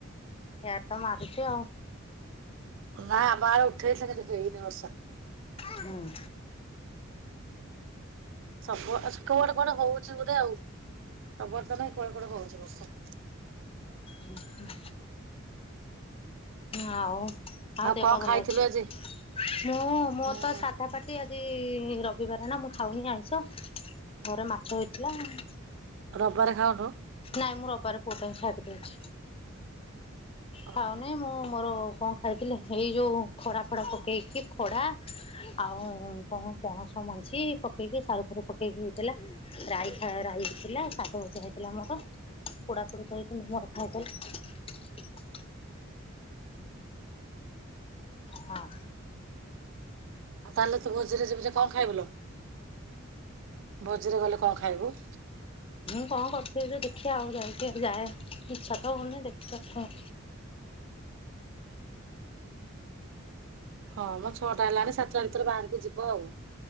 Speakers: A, on the left; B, on the right.
A: ଏ ଆଡେ ତ ମାରୁଛି, ଆଉ।
B: ନା ଆମ ଆଡେ ଉଠେଇଛି। କିନ୍ତୁ, ହେଇନି ବର୍ଷା।
A: ହୁଁ।
B: ସବୁ ଅସ୍କ ଗୋଟେ କୁଆଡେ ହଉଛି ବୋଧେ ଆଉ। ଆମର ତ ନାହିଁ। କୁଆଡେ କୁଆଡେ ହଉଛି ବର୍ଷା।
A: ଉଁ ହୁ। ଆଉ ଆଉ ଦେହ
B: କଣ
A: ପା ଭଲ
B: ଖାଇଥିଲୁ
A: ଅଛି?
B: ଆଜି?
A: ମୁଁ ମୋତ
B: ହଁ।
A: ସାଧା ପାଟି ଆଜି-ଇ ରବିବାରେ ନା, ମୁଁ ଖାଉନି ଆଇଁଷ।
B: <inaudible>
A: ଘରେ ମାଛ ହେଇଥିଲା ଆଁ।
B: ରବବାରେ ଖାଉୁନୁ।
A: ନାଇଁ ମୁଁ ରବିବାର ପୁଅ ଟା ଛାଡି ଦେଇଛି।
B: ଓହୋ
A: ଖାଉନି ମୁଁ ମୋର କଣ ଖାଇଥିଲି? ଏଇ ଯୋଉ ଖଡା ଫଡା ପକେଇକି ଖଡା ଆଉ କଣ ପଣସ ମଞ୍ଜି ପକେଇକି ସାରୁ ଫାରୁ ପକେଇକି ହେଇଥିଲା ରାଇ। ରାଇ ହେଇଥିଲା, ଶାଗ ଭଜା ହେଇଥିଲା ମୋର। ପୋଡା ପୋଡି କରିକି ମୁଁ, ମୋର ଖାଇଦେଲି। ହଁ।
B: ଆଉ ତାହେଲେ ତୁ ଭୋଜିରେ ଯିବୁ ଯେ, କଣ ଖାଇବୁ ଲୋ? ଭୋଜିରେ ଗଲେ କଁ ଖାଇବୁ?
A: କଁ କରିଥିବେ ଯେ ଦେଖିବା ଆଉ ଯାଇକି। ଯାଏ, ଇଚ୍ଛା ତ ହଉନି। ଦେଖିଆ କଁ!
B: ହଁ, ମ ଛଅଟା ହେଲାଣି ସାତଟା ଭିତରେ ବାହାରକୁ ଯିବ ଆଉ।